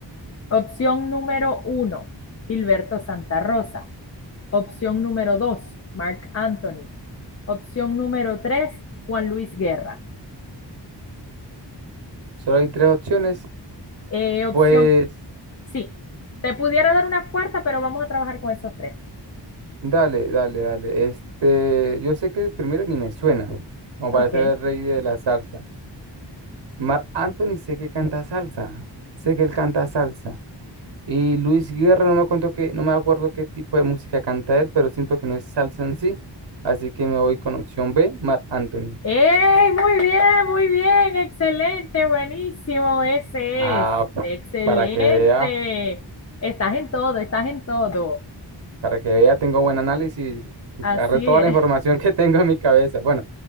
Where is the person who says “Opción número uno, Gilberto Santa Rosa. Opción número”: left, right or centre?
Left